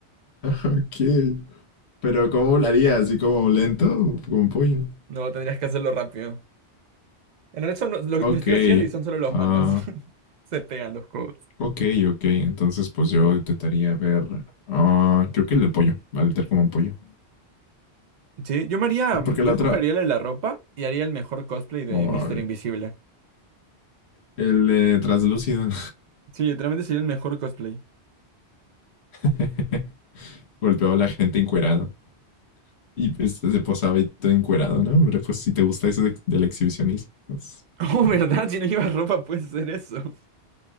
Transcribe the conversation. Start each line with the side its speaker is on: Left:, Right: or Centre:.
Left: Ok. Pero ¿cómo volaría? ¿Así como lento? ¿O ¿Como un pollo?
Right: No, tendrías que hacerlo rápido. En realidad son lo, lo-
Left: Ok.
Right: lo estoy haciendo y son solo los
Left: Ah,
Right: manos. <laughs> Se pegan los codos.
Left: ok, ok. Entonces, pues yo intentaría ver. ah, creo que el del pollo. Va a literar como un pollo.
Right: Sí, yo me haría,
Left: Porque
Right: yo
Left: la
Right: escogería
Left: otra.
Right: el de la ropa y haría el mejor cosplay de
Left: Ay.
Right: Mister Invisible.
Left: el de translúcido.
Right: Sí, literalmente sería el mejor cosplay. <laughs>
Left: <laughs> Golpeaba a la gente encuerado. Y pues se posaba y todo encuerado, ¿no? Hombre, pues si te gusta eso de- del exhibicionismo, pues
Right: Oh,
Left: bien.
Right: ¿verdad? Si no llevas ropa puedes hacer eso.